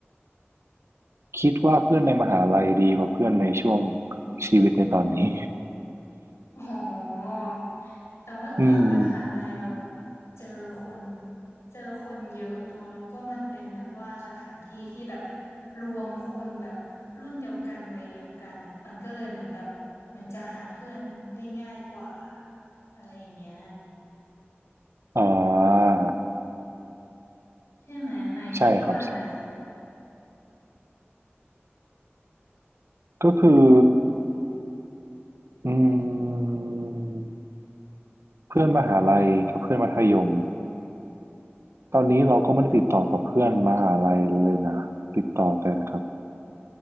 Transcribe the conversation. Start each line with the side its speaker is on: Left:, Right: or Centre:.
Right: คิดว่าเพื่อนในมหาลัยดีกว่าเพื่อนในช่วงชีวิตในตอนนี้
Left: อ๋อแต่ว่าตอนมหาลัยเราแบบเจอคน
Right: <laughs> อืม
Left: เจอคนเยอะเนอะแล้วก็มันเป็นแบบว่าสถานที่ที่แบบรวมคนแบบรุ่นเดียวกันวัยเดียวกันอ่ะมันก็เลยเหมือนแบบเหมือนจะหาเพื่อนได้ง่ายกว่าอะไรอย่างเงี้ย
Right: อ่า
Left: ใช่ไหมหมายคิดว่านะ
Right: ใช่ครับก็คืออืมเพื่อนมหาลัยกับเพื่อนมัธยมตอนนี้เราก็ไม่ได้ติดต่อกับเพื่อนมหาลัยเลยนะติดต่อแต่กับ